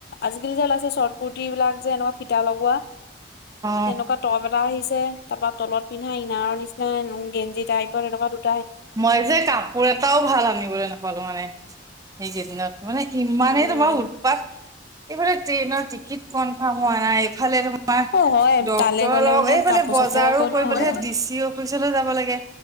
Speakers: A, on the left (about 55°); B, on the right (about 20°).
A: আজিকালি যে ওলাইছে শৰ্ট কুট। টিবিলাক যে এনেকুৱা ফিটা লগোৱা, তেনেকুৱা
B: অ
A: টপ এটা আহিছে তা পা তলত পিন্ধা ইনাৰৰ নিচিনা গেঞ্জি টাইপত এনকা দুট
B: মই যে, কাপোৰ এটাও ভাল আনিবলৈ না বলো মানে, সেইকেইদিনত মানে ইমানেই
A: উম
B: তোমাৰ ওট উৎপাত, এইফালে ট্ৰেইনৰ টিকিট কনফাৰ্ম হোৱা নাই। ইফালে তোমাৰ
A: অ হয়
B: ডক্তৰৰ
A: তালৈ গ'লে
B: লগত
A: মানে
B: এইফালে
A: কাপোৰ
B: বজাৰো
A: চাপোৰ ক'ত
B: কৰিবলে
A: পাব চাগে
B: দিছি অ অফিচলেও যাব লাগে,